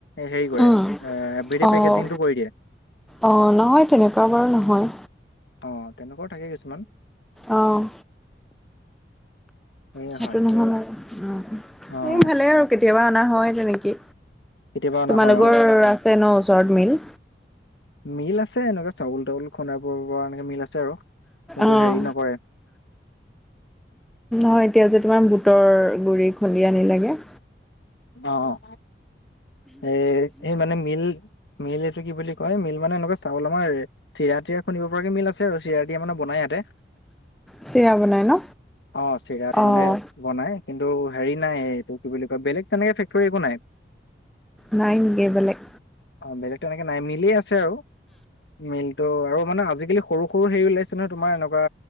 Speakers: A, on the left; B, in the centre.
A: হেৰি কৰে
B: উম
A: এভৰী ডে
B: অঁ
A: পেকেজিংটো কৰি দিয়ে।
B: অঁ নহয় তেনেকুৱা বাৰু নহয়।
A: অঁ, তেনেকুৱাও থাকে কিছুমান।
B: অঁহ।
A: সেয়ে
B: সেইটো
A: হয়
B: নহয় মানে। মোৰ
A: অ',
B: ভালেই আৰু কেতিয়াবা অনা হয় তেনেকে।
A: কেতিয়াবা অনা
B: তোমালোকৰ
A: হয় অ',
B: আছে ন ওচৰত মিল?
A: মিল আছে এনেকুৱা চাউল তাউল খুন্দাব পৰা এনেকৈ মিল আছে আৰু, কিন্তু
B: অঁ
A: হেৰি নকৰে।
B: অঁ এতিয়া যে তোমাৰ বুটৰ গুৰি খুন্দি আনি লাগে।
A: অঁ এই এই মানে মিল মিল এইটো কি বুলি কয় মিল মানে এনেকুৱা চাউল আমাৰ চিৰা তিৰা খুন্দিব পৰাকে মিল আছে। আৰু চিৰা তিৰা মানে বনাই ইয়াতে,
B: চিৰা বনাই ন
A: অঁ চিৰাটো
B: অঁ
A: মানে বনাই কিন্তু হেৰি নাই এইটো কি বুলি কয় বেলেগ তেনেকে ফেক্টৰী একো নাই।
B: নাই নেকি বেলেগ?
A: অঁ বেলেগ তেনেকে নাই মিলেই আছে আৰু মিলটো আৰু মানে আজিকালি সৰু সৰু হেৰি ওলাইছে নহয় তোমাৰ এনেকুৱা